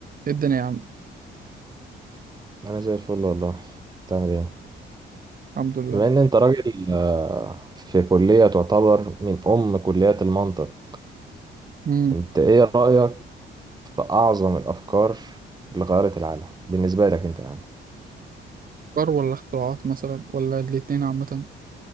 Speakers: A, on the right; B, on the right.
A: إيه الدنيا يا عم
B: انا زي الفل والله بتعمل ايه
A: الحمد لله
B: بما ان انت راجل آه، في كلية تعتبر من ام كليات المنطق
A: امم
B: انت ايه رأيك في اعظم الافكار اللي غيرت العالم بالنسبة لك انت يعني
A: أفكار ولا اختراعات مثلا ولا الاتنين عامة